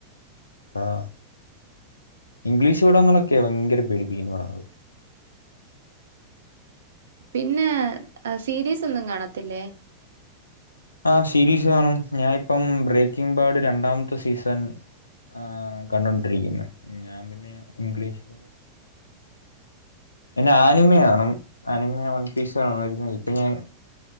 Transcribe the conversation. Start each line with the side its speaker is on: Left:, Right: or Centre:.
Left: അതാ ഇംഗ്ലീഷ് പടങ്ങളൊക്കെ ഭയങ്കര പെടീപ്പിക്കുന്ന പടങ്ങളാ..
Right: പിന്നെ സീരീസ് ഒന്നും കാണത്തില്ലേ..
Left: ആ സീരീസ് കാണും ഞാനിപ്പം. ബ്രേക്കിംഗ ബാർഡ് രണ്ടാമത്തെ സീസൺ ആ കണ്ടോണ്ടിരിക്കുന്നു. ഞാൻ പിന്നെ ഇംഗ്ലീഷില്... എന്റെ ആനിമി കാണും. ആനിമി വൺ പീസ് ആ ഇപ്പൊ ഞാൻ